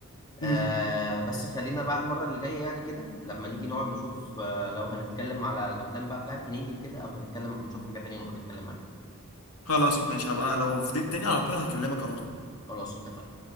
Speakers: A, on the left (about 20°); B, on the left (about 75°).
A: آه
B: امم
A: بس خلينا بقى المره اللي جايه يعني كده لما نيجي نقعد نشوف آه لو هنتكلم على الافلام بقى بتاعت هنيدي وكده او هنتكلم نشوف حاجه تانية ونبقى نتكلم عليها
B: خلاص ماشي هبقى لو فضيت تاني على طول هكلمك على طول
A: خلاص اتفقنا